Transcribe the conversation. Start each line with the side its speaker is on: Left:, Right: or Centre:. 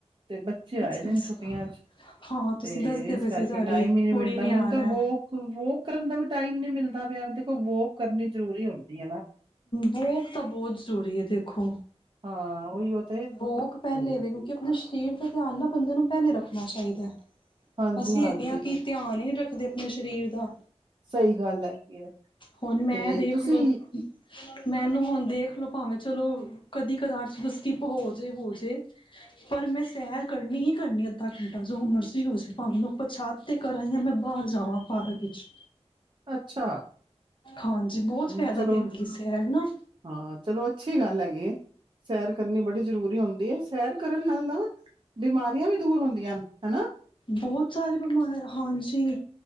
Right: ਤੇ ਬ ਬੱਚੇ
Left: ਅੱਛਾ
Right: ਆਏ ਦੇ
Left: ਅੱਛਾ
Right: ਨੇ ਛੁੱਟੀਆਂ ਚ
Left: ਹਾਂ ਤੁਸੀਂ
Right: ਤੇ
Left: ਦੱਸਦੇ
Right: ਇਸ
Left: ਪਏ ਸੀ
Right: ਕਰਕੇ
Left: ਤੁਹਾਡੀ
Right: ਟਾਈਮ ਈ ਨਈ
Left: ਕੁੜੀ
Right: ਮਿਲਦਾ
Left: ਨੇ
Right: ਮੈਨੂੰ
Left: ਆਣਾ
Right: ਤਾਂ ਵੋਕ ਵੋਕ ਕਰਨ ਦਾ ਵੀ ਟਾਈਮ ਨੀ ਮਿਲਦਾ ਪਿਆ ਦੇਖੋ ਵੋਕ ਕਰਨੀ ਜ਼ਰੂਰੀ ਹੁੰਦੀ ਏ ਨਾ।
Left: ਵੋਕ ਤਾਂ ਬਹੁਤ ਜ਼ਰੂਰੀ ਏ ਦੇਖੋ।
Right: ਹਾਂ ਉਹੀਓ ਤੇ
Left: ਵੋਕ ਪਹਿਲੇ
Right: ਤੇ
Left: ਵੇ ਕਿਉਂਕਿ ਆਪਣਾ ਸ਼ਰੀਰ ਧਿਆਨ ਨਾ ਬੰਦੇ ਨੂੰ ਪਹਿਲੇ ਰੱਖਣਾ ਚਾਹੀ
Right: ਹਾਂਜੀ
Left: ਅਸੀਂ
Right: ਹਾਂਜੀ
Left: ਹੈਗੇ ਆਂ ਕੀ ਧਿਆਨ ਈ ਨੀ ਰੱਖ ਦੇ ਆਪਣੇ ਸਰੀਰ ਦਾ
Right: ਸਹੀ ਗੱਲ ਹੈਗੀ ਏ
Left: ਹੁਣ ਮੈਂ
Right: ਤੇ
Left: ਦੇਖ
Right: ਤੁਸੀਂ
Left: ਲਓ ਮੈਨੂੰ ਹੁਣ ਦੇਖਲੋ ਭਾਵੇਂ ਚਲੋ ਕਦੀ ਕਦਾਰ ਚ ਸਕਿਪ ਹੋ ਜਾਏ ਹੋ ਜਾਏ ਪਰ ਮੈਂ ਸੈਰ ਕਰਨੀ ਹੀ ਕਰਨੀ ਅੱਧਾ ਘੰਟਾ ਜੋ ਮਰਜ਼ੀ ਹੋਜੇ ਭਾਵੇਂ ਮੈਂ ਓਪਰ ਛਤ ਤੇ ਕਰਾਂ ਯਾ ਮੈਂ ਬਾਹਰ ਜਾਵਾਂ ਪਾਰਕ ਵਿੱਚ।
Right: ਅੱਛਾ।
Left: ਹਾਂਜੀ ਬੋਤ
Right: ਨਹੀਂ
Left: ਫਾਇਦਾ
Right: ਚਲੋ
Left: ਦਿੰਦੀ ਹੈ ਸੈਰ ਨਾ
Right: ਹਾਂ ਚਲੋ ਅੱਛੀ ਗੱਲ ਹੈਗੀ ਏ ਸੈਰ ਕਰਨੀ ਬੜੀ ਜ਼ਰੂਰੀ ਹੁੰਦੀ ਏ। ਸੈਰ ਕਰਨ ਨਾਲ ਨਾ ਬਿਮਾਰੀਆਂ ਵੀ ਦੂਰ ਹੁੰਦੀਆਂ ਅਨ। ਹੈਨਾ।
Left: ਬਹੁਤ ਸਾਰੇ ਬਿਮਾਰ ਹਾਂਜੀ